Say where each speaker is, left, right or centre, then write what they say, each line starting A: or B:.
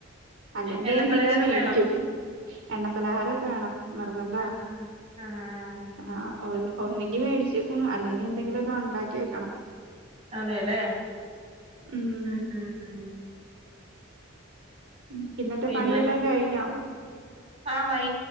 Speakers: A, on the right (about 80°); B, on the right (about 30°).
A: അല്ലെങ്കിൽ
B: എണ്ണ
A: എന്തെങ്കിലും
B: പലഹാരം
A: മേടിക്കും
B: വേണം
A: എണ്ണ പലഹാരംക്കെ വേണം നിർബന്താ
B: ആ ആ
A: ആ ഓ ഒന്നെങ്കിൽ മേടിച്ചേക്കും അല്ലെങ്കിൽ എന്തെങ്കിലുമ ഒക്കെ ഉണ്ടാക്ക ക്കിവക്കണം
B: അതെല്ലേ
A: ഉം
B: ഉ ഉ ഉ ഉ
A: ഉ ഇന്നത്തെ
B: പിന്നെ
A: പണിയെല്ലാം കഴിഞ്ഞോ
B: ആ വൈ